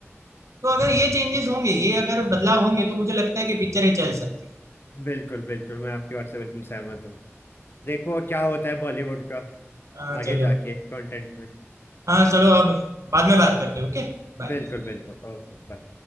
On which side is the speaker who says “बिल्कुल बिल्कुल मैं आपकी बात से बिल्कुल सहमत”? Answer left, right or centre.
Left